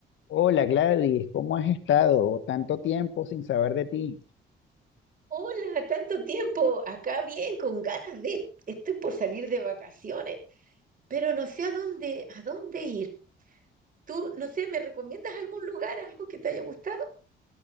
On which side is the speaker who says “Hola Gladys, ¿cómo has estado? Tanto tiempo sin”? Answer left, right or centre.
Left